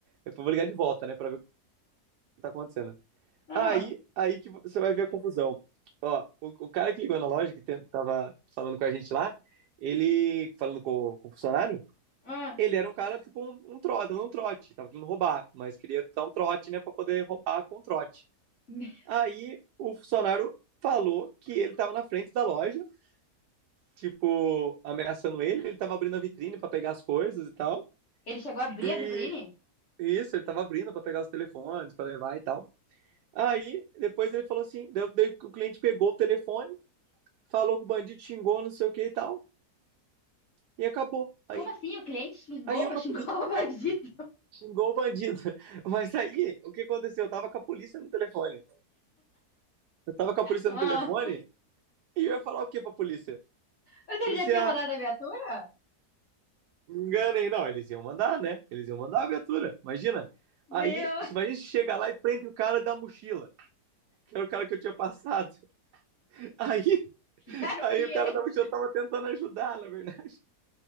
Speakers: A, on the right; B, on the left.
A: eu falei, vou ligar de volta, né, pra ver o que tá acontecendo.
B: Ah,
A: Aí, aí que você vai ver a confusão. Ó, o, o cara que ligou na loja, que tem- tava falando com a gente lá, ele, falando com, o- com o funcionário,
B: ah.
A: ele era um cara, tipo, um, um trote, dando um trote. Tava querendo roubar, mas queria dar um trote, né, pra poder roubar com trote.
B: Ele
A: Aí, o funcionário falou que ele tava na frente da loja, tipo, ameaçando ele. Ele tava abrindo a vitrine pra pegar as coisas e tal.
B: chegou a abrir
A: E
B: a vitrine?
A: isso, ele tava abrindo pra pegar os telefones, pra levar e tal. Aí, depois ele falou assim, daí- daí o cliente pegou o telefone, falou que o bandido xingou, não sei o que e tal, e acabou. Aí,
B: Como assim? O cliente xingou?
A: aí eu capu-
B: <laughs> Xingou o bandido?
A: xingou o bandido. <laughs> Mas aí, o que aconteceu? Eu tava com a polícia no telefone. Eu tava com a polícia
B: Ah,
A: no telefone e eu ia falar o que pra polícia?
B: mas ele
A: Polícia,
B: já tinha mandado a viatura?
A: me enganem. Não, eles iam mandar, né? Eles iam mandar a viatura, imagina.
B: Meu
A: Aí, imagina se chega lá e prende o cara da mochila, que era o cara que eu tinha passado. <laughs> Aí,
B: era
A: aí
B: o cliente.
A: o cara da mochila tava tentando ajudar, na verdade.